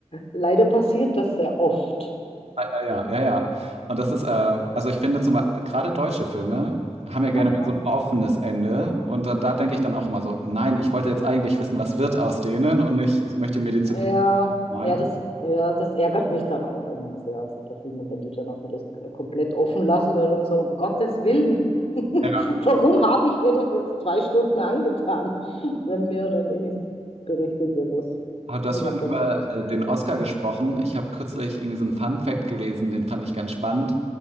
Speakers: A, on the left; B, on the right.
A: leider passiert das sehr oft.
B: Leider ja, ja, ja. Und das ist, äh, also ich finde zum Beispiel, gerade deutsche Filme haben ja gerne
A: Aha.
B: mal so ein offenes Ende. Und da, da denke ich dann auch immer so, nein, ich wollte jetzt eigentlich wissen, was wird aus denen und nicht, ich möchte mir die Zukunft
A: Ja,
B: malen.
A: ja, das, ja, das ärgert mich dann auch immer sehr. Also bei Filmen, wenn die dann auch das äh, komplett offen lassen oder dann so, um Gottes Willen, <laughs> warum
B: Ja.
A: habe ich mir das jetzt zwei Stunden angetan, wenn mir dann eh nicht berichtet wird, was,
B: Aber du hast
A: wie
B: vorhin
A: das Ganze
B: über
A: ausgeht.
B: äh, den Oscar gesprochen. Ich habe kürzlich irgendwie so einen Fun-Fact gelesen, den fand ich ganz spannend.